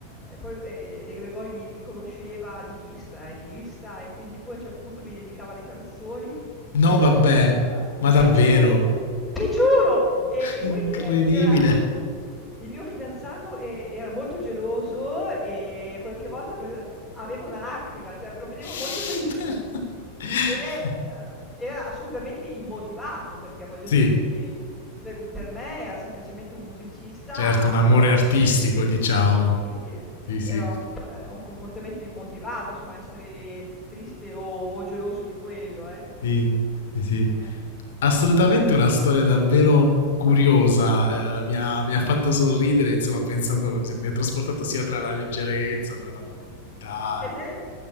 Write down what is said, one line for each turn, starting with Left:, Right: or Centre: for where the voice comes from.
Centre: eh, e poi e De Gregori mi mi conosceva di vista, eh, di vista e quindi poi a un certo punto mi dedicava le canzoni
Left: No,
Centre: e mi
Left: vabbè,
Centre: ricordo che era
Left: ma davvero,
Centre: ti giuro, ti giuro! E e
Left: incredibile.
Centre: poi c'e c'era, mhmm, il mio fidanzato e era molto geloso e qualche volta pre p aveva una lacrima, cioè lo vedevo
Left: <laughs>
Centre: molto triste. Ed è ehm, era assolutamente immotivato, perché voglio
Left: sì,
Centre: dire, ehm, per per me era semplicemente un musicista,
Left: certo, un amore
Centre: ehm
Left: artistico, diciamo.
Centre: ma sì, eh,
Left: Sì, sì.
Centre: era un q un comportamento immotivato, insomma essere triste o o geloso di quello, ecco.
Left: Sì, sì, sì.
Centre: Eh.
Left: Assolutamente una storia davvero curiosa, eh, mi ha, mi ha fatto sorridere, insomma, pensando, mi ha trasportato
Centre: <laughs>
Left: sia tra la leggerezza, tra la profondità
Centre: Ed è